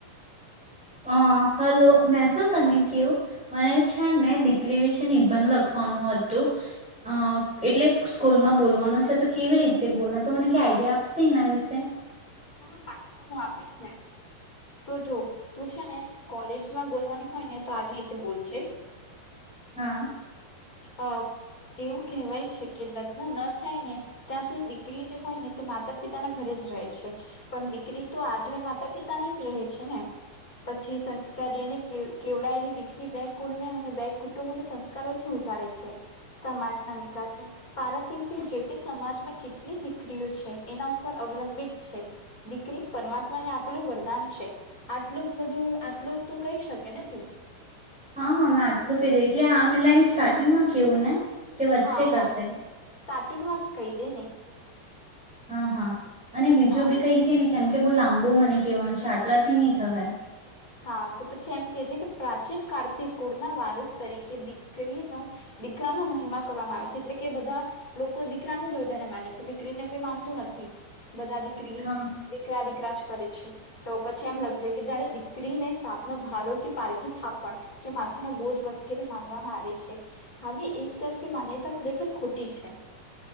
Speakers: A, in the centre; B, on the left.
A: અ hello મેં શું તને કયુ મને છે ને દીકરી વિશે નિબંધ લખવાનું હતું અ એટલે સ્કૂલમાં બોલવાનું છે તો કેવી રીતે બોલના તો મને કે આઈડિયા આપશે એના વિશે
B: હા પાક્કું હું આપીશ ને તો જો તું છે ને કોલેજમાં બોલવાની હોય ને તો આવી રીતે બોલજે
A: હા
B: અ એવું કહેવાય છે કે લગ્ન ન થાયને ત્યાં સુધી દીકરી જે હોય ને તે માતા પિતાના ઘરે જ રહે છે પણ દીકરી તો આજીવન માતા પિતાની જ રહે છે ને પછી સંસ્કારીન અને કેવ કેવડાયેલી દીકરી બે કુળને અને બે કુટુંબોને સંસ્કારોથી ઉજાડે છે સમાજના વિકાસની પારસીસી જે તે સમાજમાં કેટલી દીકરીઓ છે એના ઉપર અવલંબિત છે દીકરી પરમાત્માને આપલું વરદાન છે આટલું બધું આટલું તો કહી શકે ને તું
A: હા હા મેં આટલું કહી દે એટલે આ મેં લાઈન સ્ટાર્ટિંગમાં કેવું ને કે વચ્ચે
B: હા
A: કશે
B: હા સ્ટાર્ટિંગમાં જ કહી દે ને
A: હા હા અને બીજું
B: હા
A: બી કઈ કે ને કેમ કે બઉ લાંબુ મને કહેવાનું છે આટલાથી ની થવા એ
B: હા તો પછી એમ કે જે કે પ્રાચીન કાળથી કુળના વારસ તરીકે દીકરીનો દીકરાનો મહિમા કરવામાં આવે છે એટલે કે બધા લોકો દીકરાને જ વધારે માને છે દીકરીને કોઈ માનતું નથી બધા દીકરી
A: હા
B: દીકરા દીકરા જ કરે છે તો પછી એમ લખજે કે જયારે દિકરીને સાપનો ભારો કે પારકી થાપણ કે માથાનો બોજ વગેરે માનવામાં આવે છે આવી એક તરફી માન્યતા ખરેખર ખોટી છે